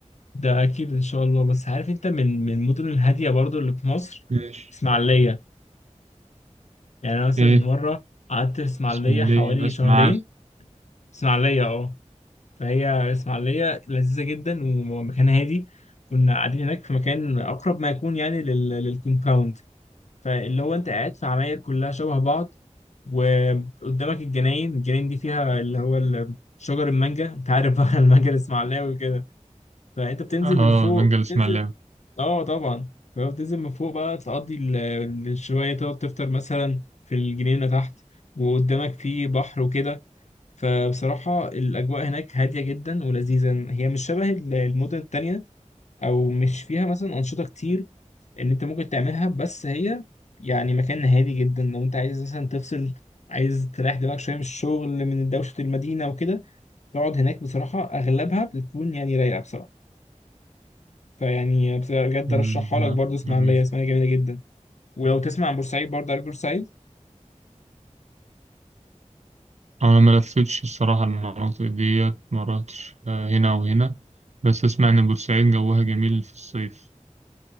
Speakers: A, on the left (about 65°); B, on the right (about 60°).
A: ده اكيد ان شاء الله بس عارف انت من من المدن الهاديه برضو اللي في مصر
B: ماشي
A: اسماعيليه يعني انا مثلا
B: ايه
A: مره قعدت في اسماعيليه
B: اسماعيلية
A: حوالي
B: اسمع
A: شهرين
B: عارف
A: اسماعيليه اه فهي اسماعيليه لذيذه جدا ومكان هادي كنا قاعدين هناك في مكان اقرب ما يكون يعني لل... للكومباوند فاللي هو انت قاعد في عماير كلها شبه بعض وقدامك الجناين الجناين دي فيها اللي هو ال- شجر المانجا انت عارف بقى <laughs> المانجا الاسماعيلاوي وكده فانت بتنزل
B: اه
A: من فوق
B: بنجا الاسماعيلاوي
A: بتنزل اه طبعا فبتنزل من فوق بقى تقضي ال- ال- شويه تقعد تفطر مثلا في الجنينه تحت وقدامك في بحر وكده فبصراحه الاجواء هناك هاديه جدا ولذيذه هي مش شبه ال- المدن التانية او مش فيها مثلا انشطه كتير ان انت ممكن تعملها بس هي يعني مكان هادي جدا لو انت عايز مثلا تفصل عايز تريح دماغك شويه من الشغل من دوشه المدينه وكده تقعد هناك بصراحه اغلبها بتكون يعني رايقه بصراحه فيعني بجد
B: أمم،
A: ارشحها
B: لا
A: لك برضو اسماعيليه
B: جميل
A: اسماعيليه جميله جدا ولو تسمع عن بورسعيد برضه عارف بورسعيد
B: انا ما لفتش الصراحة المناطق ديت ما رحتش آه، هنا وهنا بس اسمع ان بورسعيد جوها جميل في الصيف